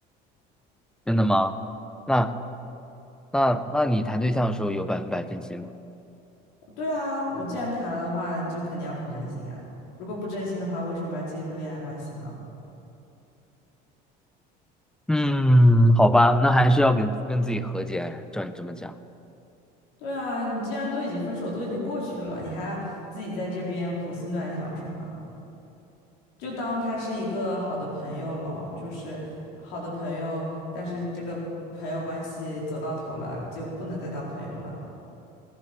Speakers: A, in the centre; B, on the left (about 85°).
A: 真的吗？那那那你谈对象的时候有百分百真心吗？
B: 对啊，我既然谈了的话，就肯定要很真心啊。如果不真心的话，为什么要进入恋爱关系呢？
A: 嗯，好吧，那还是要跟跟自己和解。照你这么讲，
B: 对啊，你既然都已经分手，都已经过去了，你还要自己在这边胡思乱想是吗？就当他是一个好的朋友咯，就是好的朋友，但是这个朋友关系走到头了，就不能再当朋友了。